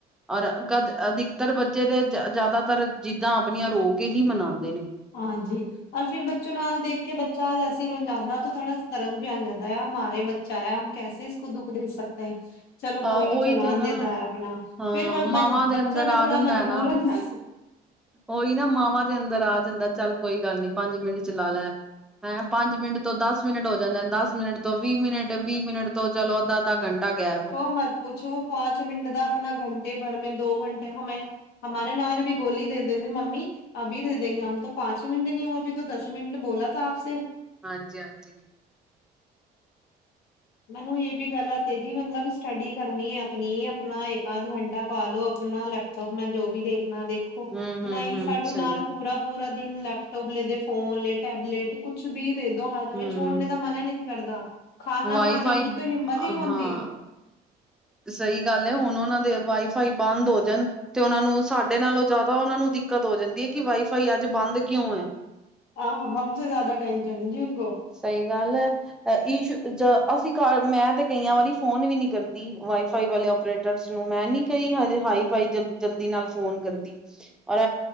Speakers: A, in the centre; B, on the left (about 80°).
A: ਔਰ ਕ ਅਧਿਕਤਰ ਬੱਚੇ ਦੇ ਜ਼ਿਆਦਾਤਰ, ਜਿੱਦਾਂ ਆਪਣੀਆਂ ਰੋ ਕੇ ਹੀ ਮਨਾਉਂਦੇ ਨੇ।
B: ਹਾਂਜੀ। ਔਰ ਫਿਰ ਬੱਚੋਂ ਨਾਲ ਦੇਖ ਕੇ ਬੱਚਾ ਜੈਸੇ ਰੁਜ ਜਾਂਦਾ ਤਾਂ ਥੋੜ੍ਹਾ ਤਰਸ ਵੀ ਆ ਜਾਂਦਾ ਆ ਮਾਰੇ ਬ ਚਾਹੇ ਹਮ ਕੈਸੇ ਇਸ ਕੋ ਦੁੱਖ ਦੇ ਸਕਤੇ ਹੈ। ਚਲੋ
A: ਅਹ
B: ਕੋਈ ਨੀ
A: ਉਹੀ
B: ਚਲਾਨ
A: ਤੇ ਨਾ
B: ਦੇਦਾ ਆਪਣਾ,
A: ਹਾਂ
B: ਫਿਰ
A: ਮਾਵਾਂ ਦੇ
B: ਬੱਚਾ
A: ਅੰਦਰ
B: ਵੀ
A: ਆ
B: ਥੋੜਾ
A: ਜਾਂਦਾ
B: ਮਜਬੂਰ
A: ਹੈ ਨਾ
B: ਹੁੰਦਾ।
A: ਉਹੀ ਨਾ ਮਾਵਾਂ ਦੇ ਅੰਦਰ ਆ ਜਾਂਦਾ, ਚੱਲ ਕੋਈ ਗੱਲ ਨੀ ਪੰਜ ਮਿੰਟ ਚਲਾ ਲੈ, ਹੈਂ ਪੰਜ ਮਿੰਟ ਤੋਂ ਦਸ ਮਿੰਟ ਹੋ ਜਾਂਦੇ ਦਸ ਮਿੰਟ ਤੋਂ ਵੀਹ ਮਿੰਟ ਵੀਹ ਮਿੰਟ ਤੋਂ ਚਲੋ ਅੱਧਾ ਅੱਧਾ ਘੰਟਾ ਗੈਪ
B: ਮਤ ਪੁੱਛੋ ਪਾਾਂਚ ਮਿੰਟ ਦਾ ਆਪਣਾ ਘੰਟੇ ਭਰ ਮੈਂ ਦੋ ਘੰਟੇ ਹਮੇ ਹਮਾਰ ਨਾਲ ਵੀ <unintelligible> ਗੋਲੀ ਦੇ ਦਿੰਦੇ ਮੰਮੀ ਅਭੀ ਦੇ ਦਿੰਗੇ ਹਮ ਤਾਂ ਪਾ ਪੰਜਚ ਹੀ ਮਿੰਟ ਨਹੀਂ ਹੋ ਅਭ ਤੋਂ ਦਸ ਮਿੰਟ ਬੋਲਾਥ ਆਪੇ <unintelligible>
A: ਹਾਂਜੀ ਹਾਂਜੀ
B: ਮੈਨੂੰ ਇਹ ਵੀ ਗਲਤ ਤੇ ਜੀ ਮਤਲਬ ਸਟੱਡੀ ਕਰਨੀ ਹੈ ਆਪਣੀ ਆਪਣਾ ਇੱਕ ਅੱਧ ਘੰਟਾ ਪਾਾਲੋ ਆਪਣਾ ਲੈ ਆਪਣਾ ਜੋ ਵੀ ਦੇਖਣਾ ਦੇਖੋ
A: ਹੂੰ ਹੂੰ
B: ਨਾਈ
A: ਹੂੰ
B: ਸਾਡੂੰ
A: ਸਹੀ
B: ਨਾਲ ਪੂਰਾ ਪੂਰਾ ਦਿਨ ਲੈਪਟੋਪ ਲ ਦੇ ਫੋਨ ਲ ਟੈਬਲੇਟ ਕੁਛ ਵੀ ਦੇ ਦੋ ਹਦ
A: ਹੂੰ
B: ਮੈਂ ਛੋੜਨੇ ਦਾ ਮਨ ਨੀ ਕਰਦਾ ਖਾਾਨਾ
A: ਵਾਈਫਾਈ
B: ਖਾਣੇ ਕਿ ਤੋ ਹਿੰਮਤ ਨ ਹੁੰਦੀ
A: ਹਾਂ ਸਹੀ ਗੱਲ ਹੈ ਹੁਣ ਉਹਨਾਂ ਦੇ ਵਾਈਫਾਈ ਬੰਦ ਹੋ ਜਾਣ ਤੇ ਉਹਨਾਂ ਨੂੰ ਸਾਡੇ ਨਾਲੋਂ ਜ਼ਿਆਦਾ ਉਹਨਾਂ ਨੂੰ ਦਿੱਕਤ ਹੋ ਜਾਂਦੀ ਹੈ ਕਿ ਵਾਈਫਾਈ ਅੱਜ ਬੰਦ ਕਿਉਂ ਹੈ
B: ਹਾਂ ਹਮ ਸੇ ਜ਼ਿਆਦਾ ਟੈਂਨ ਸ਼ਨ ਜੀ ਉਨ ਕੋ
A: ਸਹੀ ਗੱਲ ਹੈ ਈਸ਼ੂ ਅਸੀਂ ਘ ਮੈਂ ਤੇ ਕਈਆਂ ਵਾਰੀ ਫੋਨ ਵੀ ਨੀ ਕਰਦੀ ਵਾਈਫਾਈ ਵਾਲੇ ਓਪਰੇਟ ਨੂੰ ਮੈਂ ਨੀ ਕਹੀ ਹਜੇ ਹਾਈ ਫਾਈ ਜਲਦੀ ਨਾਲ ਫੋਨ ਕਰਦੀ ਔਰ